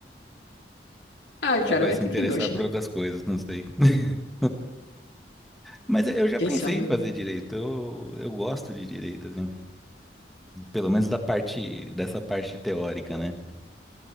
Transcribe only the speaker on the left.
Ah,
cara,
vai
ter
quem goste,
né?
Quem
sabe,
né?